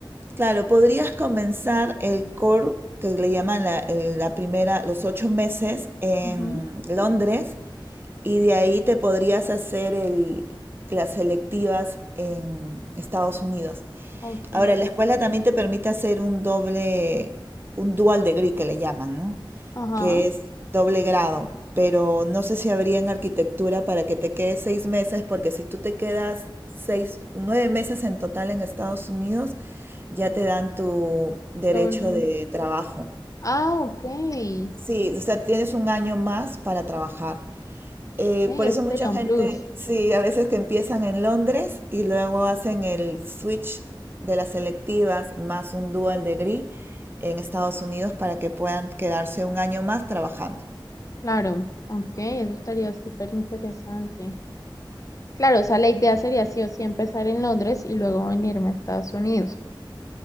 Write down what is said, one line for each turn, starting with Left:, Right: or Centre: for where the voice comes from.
Right: Claro, podrías comenzar el core que le llaman la, el- la primera, los ocho meses en
Left: Ujú,
Right: Londres y de ahí te podrías hacer el- las selectivas en Estados Unidos.
Left: Ok,
Right: Ahora, la escuela también te permite hacer un doble, un dual degree que le llaman, ¿no?
Left: ajá.
Right: que es doble grado, pero no sé si habría en arquitectura para que te quedes seis meses, porque si tú te quedas seis, nueve meses en total en Estados Unidos, ya te dan tu derecho
Left: Todo el negro.
Right: de trabajo.
Left: Ah, ok. Ok,
Right: Sí, o sea, tienes un año más para trabajar. Eh,
Left: eso
Right: por eso mucha
Left: sería un
Right: gente,
Left: plus.
Right: sí, a veces que empiezan en Londres y luego hacen el switch de las selectivas más un dual degree en Estados Unidos para que puedan quedarse un año más trabajando.
Left: Claro, ok, eso estaría súper interesante. Claro, o sea, la idea sería sí o sí empezar en Londres y luego venirme a Estados Unidos.